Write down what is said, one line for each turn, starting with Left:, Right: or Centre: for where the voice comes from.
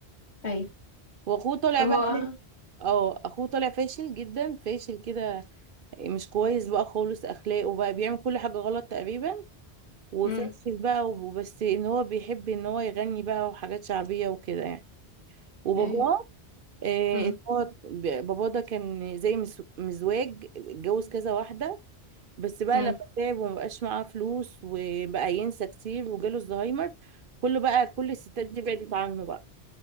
Left: اي
Right: واخوه طالع
Left: طب
Right: بقى
Left: هو
Right: فيه اه اخوه طالع فاشل جدا فاشل كده مش كويس بقى خالص اخلاقه بقى بيعمل كل حاجة غلط تقريبا وفاشل
Left: مم.
Right: بقى وبس ان هو بيحب ان هو يغني بقى وحاجات شعبية وكده يعني وباباه
Left: ايوه
Right: آه،
Left: مم.
Right: إن هو ب- باباه ده كان زي مس- مزواج اتجوز كذا واحدة بس بقى
Left: مم.
Right: لما تعب ومبقاش معاه فلوس وبقى ينسى كتير وجاله الزهايمر كله بقى كل الستات دي بعدت عنه بقى